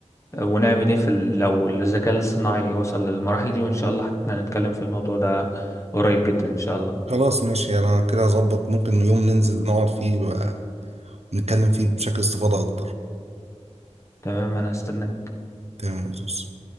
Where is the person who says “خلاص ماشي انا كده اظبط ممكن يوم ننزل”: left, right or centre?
Right